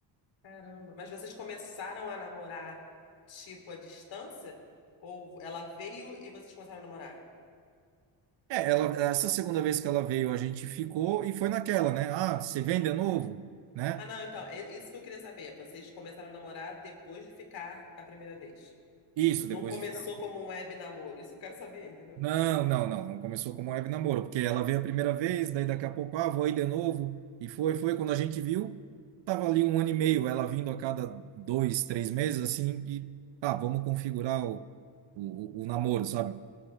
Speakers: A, on the left; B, on the right.
A: Caramba. Mas vocês começaram a namorar, tipo, à distância? Ou ela veio e vocês começaram a namorar?
B: É, ela, essa segunda vez que ela veio, a gente ficou e foi naquela, né? Ah, você vem de novo, né?
A: Ah, não, então, é isso que eu queria saber. Vocês começaram a namorar depois de ficar a primeira vez.
B: Isso,
A: Não
B: depois
A: começou
B: de ficar.
A: como um web namoro. Isso eu quero saber, entendeu?
B: Não, não, não, não começou como web namoro, porque ela veio a primeira vez, daí daqui a pouco, ah, vou aí de novo. E foi, foi, quando a gente viu, tava ali um ano e meio, ela vindo a cada dois, três meses, assim, e, ah, vamos configurar o, o, o namoro, sabe?